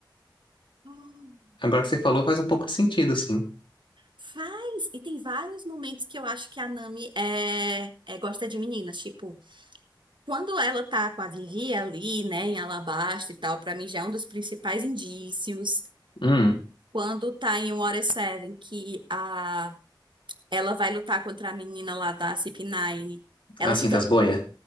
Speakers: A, on the right; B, on the left.
A: Hum.
B: Agora que você falou, faz um pouco de sentido, sim.
A: Faz! E tem vários momentos que eu acho que a Nami é, é- gosta de meninas. Tipo, quando ela tá com a Vivi ali, né, em Alabasta e tal, pra mim já é um dos principais indícios.
B: Hum,
A: Quando tá em Water Seven, que a Ela vai lutar contra a menina lá da CP9. Ela
B: assim
A: fica,
B: das boias?